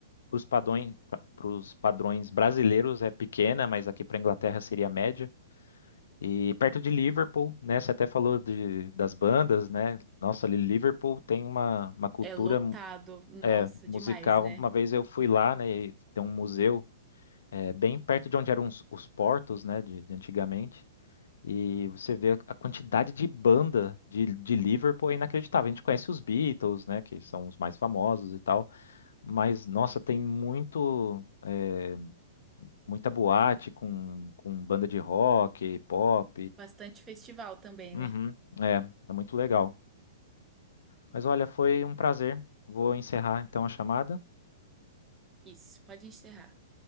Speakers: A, on the left (about 80°); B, on the right (about 20°).
A: Para os padrões, para os padrões brasileiros é pequena, mas aqui para Inglaterra seria média. E perto de Liverpool, né? Você até falou de, das bandas, né? Nossa, ali Liverpool tem uma, uma cultura
B: É lotado. Nossa,
A: é, musical.
B: demais, né?
A: Uma vez eu fui lá, né? E tem um museu é, bem perto de onde eram os, os portos, né? De, de antigamente. E você vê a a quantidade de banda de, de Liverpool é inacreditável. A gente conhece os Beatles, né, que são os mais famosos e tal, mas nossa, tem muito é, muita boate com, com banda de rock, pop.
B: Bastante festival também,
A: Uhum,
B: né?
A: é, é muito legal. Mas olha, foi um prazer. Vou encerrar então a chamada.
B: Isso, pode encerrar.